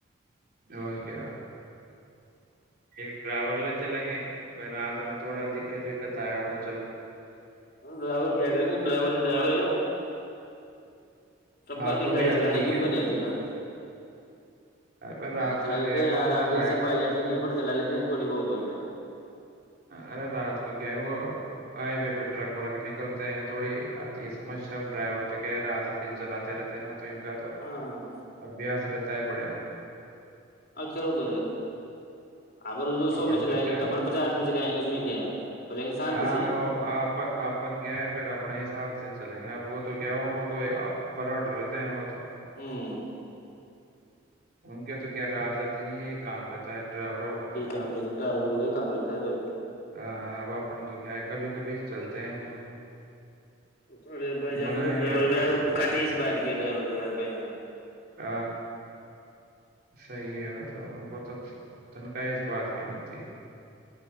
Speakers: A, on the right; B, on the left.
A: اور کیا ایک ڈرائیور لے چلیں گے بائی رات میں تھوڑا دقت وقت آیا انیں
B: ڈرائیور کیا کریں گے ڈرائیور ڈرائیوریا اپ سب کو
A: آپ
B: آتی ہے
A: بھی
B: گاڑی چلانا
A: ہے کیا
B: کین کو نہیں آتی گا
A: ارے بھائی رات
B: ہاں چلا
A: میں کیا
B: لیتے
A: ہے
B: ہیں
A: وہ
B: یار
A: تھوڑے
B: آپ
A: لائٹ
B: کے جیسے پائلٹ تو نہیں ہے پر چلا لیتے ہیں تھوڑی بہت ہو گیا
A: ارے رات کو کیا ہے وہ ہائی وے پہ ٹرک وغہ نکلتے ہیں تھوڑی آتی ہے سمسیا ڈرائیور تو کیا ہے راتر دن چلاتے رہتے ہیں نا تو ان کا تو
B: ہاں
A: ابیاس رہتا پڑیا
B: ہاں کھیلو تو ہے اپگر جو سو
A: اپن
B: میں چلائیں
A: کیا
B: گے تو
A: ہے
B: اپن پچاس میں چل آائیں گے اس میں کیا ہے پ ل شانتی
A: ہاں
B: سے
A: وہ آپ اپن کیا ہے پھر اپنے حساب سے چلیں گے اب وہ تو کیا ان کو تو پروٹ رہتے ہیں وہ تو
B: ہوں
A: ان کے تو کیا رات ہے دن یہ کام رہتا ہے ڈرائیور ہوتا تھا
B: ے تو ر ب کام رےتا ہے بھائی
A: آ، اب اپن تو کیا ہے کبھی کبھی چلتے ہیں جو
B: ارے بھائی جانوں
A: بنائیں
B: کو ڈرائیور
A: گے یار
B: کے
A: پروگرام
B: کھاتے ہی سے بات کیا ڈرائیور ہار بائی جار
A: ا صحیح ہے وہ تو ان کو تو تنخاہ اس بات کی ملتی ہے